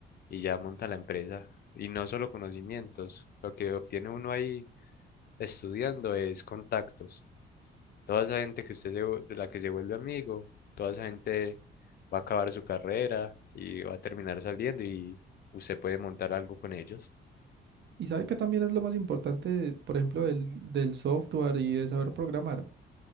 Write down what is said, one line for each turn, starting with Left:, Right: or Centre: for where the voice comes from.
Left: y ya monta la empresa. Y no solo conocimientos, lo que obtiene uno ahí estudiando es contactos. Toda esa gente que usted se vu- de la que se vuelve amigo, toda esa gente va a acabar su carrera y va a terminar saliendo y usted puede montar algo con ellos.
Right: Y sabe que también es lo más importante, de- por ejemplo, del, del software y de saber programar,